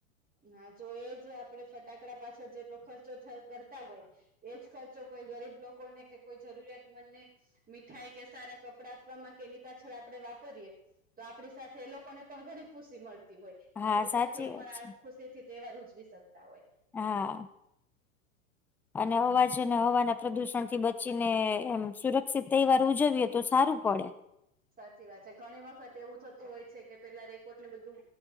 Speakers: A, on the right; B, in the centre.
A: હા જો એ જ આપડે ફટાકડા પાછળ જેટલો ખર્ચો થ કરતા હોય એજ ખર્ચો કોઈ ગરીબ લોકોને કે, કોઈ જરૂરિયાતમંદને મીઠાઈ કે સારા કપડા આપવામાં કે એની પાછળ આપડે વાપરીએ તો આપણી સાથે એ લોકોને પણ ઘણી ખુશી મળતી હોય.
B: હા
A: આપણી
B: સાચી
A: સાથે એ
B: વાત
A: પણ
B: છે
A: આ ખુશી થી તહેવાર ઉજવી શકતા હોય.
B: હા. અને અવાજ અને હવાના પ્રદુષણ થી બચીને એમ સુરક્ષિત તહેવાર ઉજવીએ તો સારું પડે.
A: સાચી વાત છે. ઘણી વખત એવું થતું હોય છે કે પેલા રેકોટ ને બધું